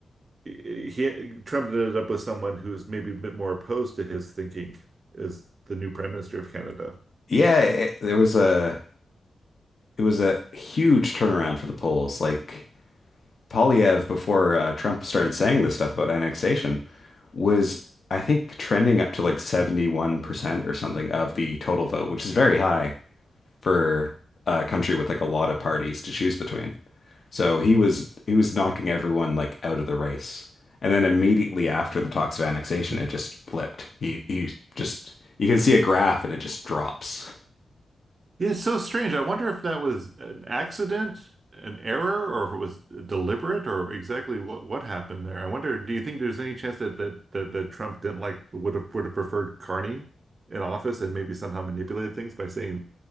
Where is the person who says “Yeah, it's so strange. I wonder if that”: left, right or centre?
Right